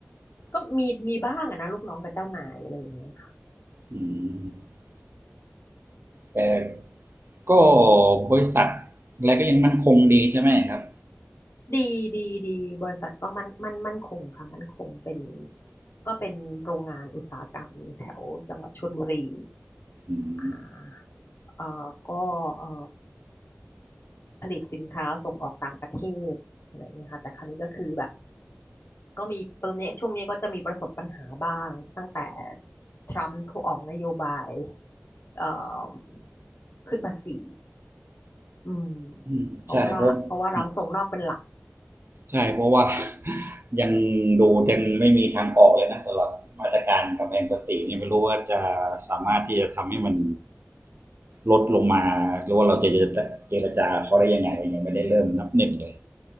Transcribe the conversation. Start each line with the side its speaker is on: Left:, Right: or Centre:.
Left: ก็มีมีบ้างอะนะลูกน้องกับเจ้านายอะไรอย่างเงี้ยค่ะ
Right: อืม <laughs> แต่ก็บริษัทอะไรก็ยังมั่นคงดีใช่ไหมครับ
Left: ดีดีดีบริษัทก็มันมันมั่นคงค่ะมันคงเป็นก็เป็นโรงงานอุตสาหกรรมแถวจังหวัดชลบุรี
Right: อืม
Left: อ่าเอ่อก็เอ่อผลิตสินค้าส่งออกต่างประเทศอะไรเงี้ยค่ะแต่คราวนี้ก็คือแบบก็มีตอนนี้ช่วงนี้ก็จะมีประสบปัญหาบ้างตั้งแต่ทรัมป์เขาออกนโยบายเอ่อขึ้นภาษี อืม
Right: อืมใช่เพราะ
Left: เพราะว่าเราพราะว่าเราส่งนอกเป็นหลัก
Right: <laughs> ใช่เพราะว่า <laughs> ยังดูยังไม่มีทางออกเลยนะสำหรับมาตรการกำแพงภาษีเนี่ยไม่รู้ว่าจะสามารถที่จะทำให้มันลดลงมาหรือว่าเราจะเจรจาเจรจาเขาได้ยังไงยังไม่ได้เริ่มนับหนึ่งเลย